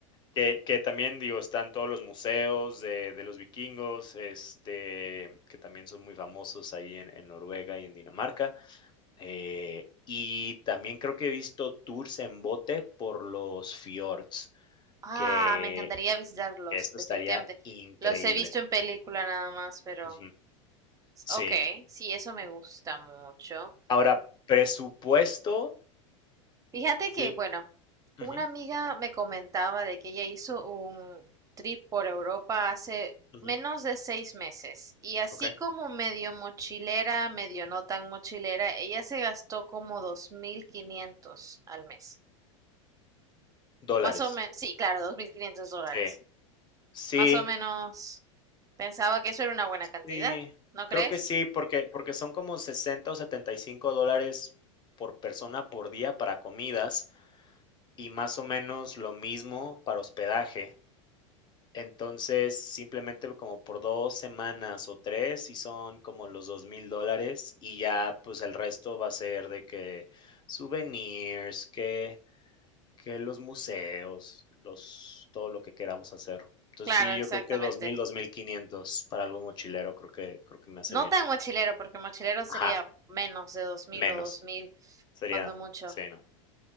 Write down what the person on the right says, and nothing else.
Ah,
me encantaría visitarlos,
definitivamente.
Los he visto en película nada más, pero
ok, sí, eso me gusta mucho.
Fíjate que,
bueno, una
amiga me comentaba de que ella hizo un trip por Europa hace
menos de seis meses y así
como medio mochilera, medio no tan mochilera, ella se gastó como 2.500 al mes.
Más o menos, sí, claro, 2.500 dólares.
Más o menos pensaba que eso era una buena cantidad,
¿no crees?
Claro,
exactamente.
No
tan mochilero, porque mochilero sería
menos de dos mil
o dos mil
cuando mucho.